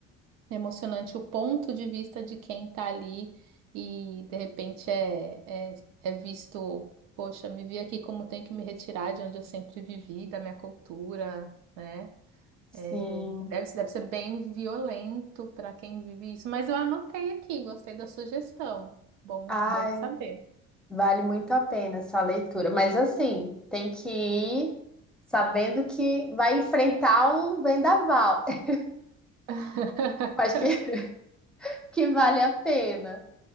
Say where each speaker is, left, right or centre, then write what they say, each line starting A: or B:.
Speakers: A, on the right; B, in the centre.
A: emocionante o ponto de vista de quem tá ali e de repente é, é, é visto, poxa, me vi aqui como tenho que me retirar de onde eu sempre vivi, da minha cultura, né?
B: Sim.
A: É, deve, deve ser bem violento para quem vive isso, mas eu anotei aqui, gostei da sugestão. Bom,
B: Ai,
A: bom saber.
B: vale muito a pena essa leitura. Mas assim, tem que ir sabendo que vai enfrentar um vendaval. <laughs>
A: <laughs>
B: Eu Acho que, que vale a pena.